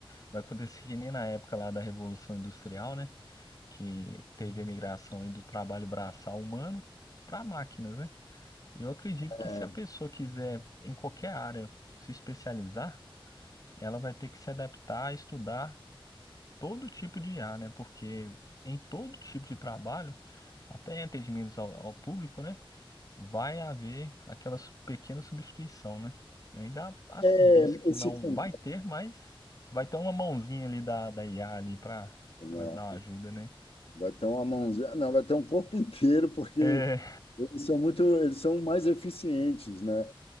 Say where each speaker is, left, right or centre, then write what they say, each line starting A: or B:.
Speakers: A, on the left; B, on the left.
A: Vai acontecer que nem na época lá da Revolução Industrial, né? Que teve a migração aí do trabalho braçal humano para máquinas, né? E Eu acredito que
B: É,
A: se a pessoa quiser, em qualquer área, se especializar, ela vai ter que se adaptar, estudar todo tipo de IA, né? Porque em todo tipo de trabalho, até em atendimentos ao, ao público, né? Vai haver aquela su- pequena substituição, né? Ainda há, há
B: é,
A: serviço que
B: esse
A: não
B: cantar,
A: vai ter, mas vai ter uma mãozinha ali da, da IA ali para
B: né?
A: para dar uma ajuda, né?
B: Vai ter uma mãozinha, não, vai ter um corpo <laughs> inteiro, porque
A: É,
B: eles são muito, eles são mais eficientes, né?